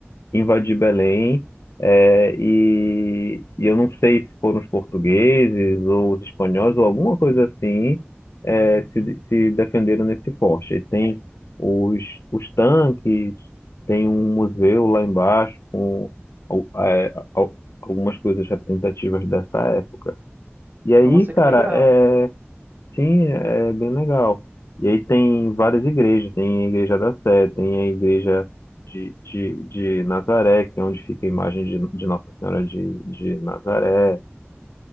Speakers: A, on the left (about 80°); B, on the right (about 45°).
A: invadir Belém, é, e, e eu não sei se foram os portugueses ou os espanhóis ou alguma coisa assim, é, se, se defenderam nesse forte. Aí tem os, os tanques, tem um museu lá embaixo com al- é, al- algumas coisas representativas dessa época. E aí,
B: Nossa,
A: cara,
B: que legal.
A: é, Sim, é bem legal. E aí tem várias igrejas, tem a igreja da Sé, tem a igreja de, de, de Nazaré, que é onde fica a imagem de, de Nossa Senhora de, de Nazaré.